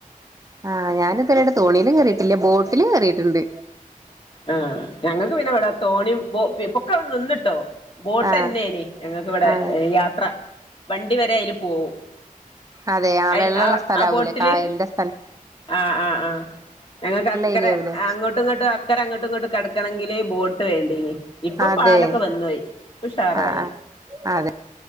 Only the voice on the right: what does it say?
ആഹ് ഞാൻ ഇത്രെയായിട്ടും തോണീല് കേറിട്ടില്ലാ ബോട്ടില് കേറിട്ട്ണ്ട്
ആഹ്
ആഹ്
അതെ ആഹ്
വെള്ളെള്ള സ്ഥലാവൂല്ലേ
കായലിന്റെ സ്ഥലത്
ഏരിയ ആവൂലേ
അതെ
ആഹ് ആഹ് അതെ